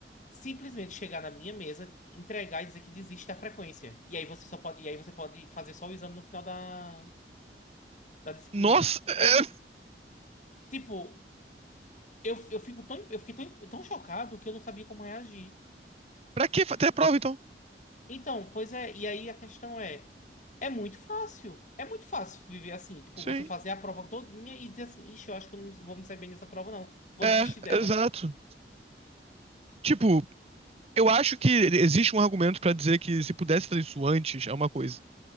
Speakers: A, on the left (about 45°); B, on the right (about 35°).
A: simplesmente chegar na minha mesa, entregar e dizer que desiste da frequência. E aí você só pode, e aí você pode fazer só o exame no final da, da disciplina.
B: Nossa, é,
A: Ou, s- tipo, eu, eu fico tão, eu fiquei tão, tão chocado que eu não sabia como reagir.
B: pra que até a prova então?
A: Então, pois é, e aí a questão é, é muito fácil. É muito fácil viver assim, tipo,
B: Sim,
A: você fazer a prova todinha e dizer assim, ixi, eu acho que eu não vou me sair bem nessa prova, não. Vou
B: é,
A: desistir dela.
B: exato. Tipo, eu acho que existe um argumento pra dizer que se pudesse fazer isso antes, é uma coisa.